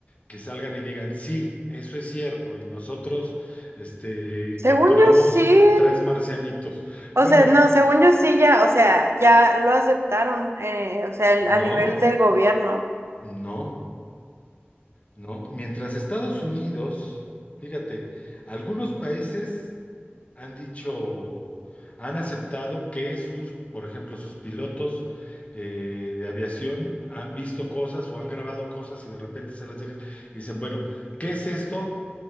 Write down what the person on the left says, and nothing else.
que salgan y digan, sí, eso es cierto, y nosotros este,
capturamos
a tres marcianitos.
Bueno,
no,
no, no. Mientras Estados Unidos, fíjate, algunos países han dicho, han aceptado que sus, por ejemplo, sus pilotos eh, de aviación han visto cosas o han grabado cosas y de repente se las dejan y dicen, bueno, ¿qué es esto?